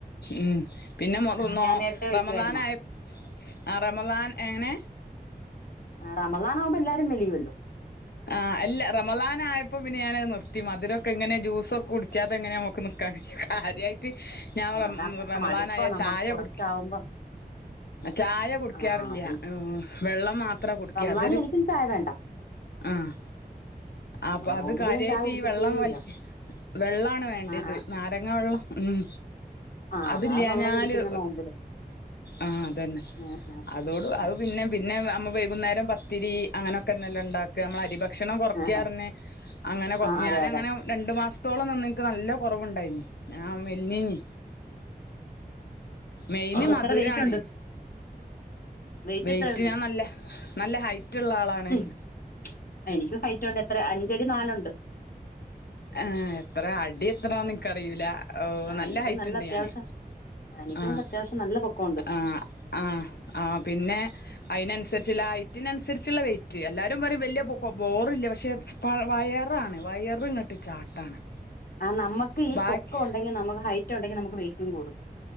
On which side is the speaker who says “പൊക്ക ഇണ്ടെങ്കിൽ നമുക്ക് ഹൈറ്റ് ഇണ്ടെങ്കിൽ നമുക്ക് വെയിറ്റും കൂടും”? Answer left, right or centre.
Left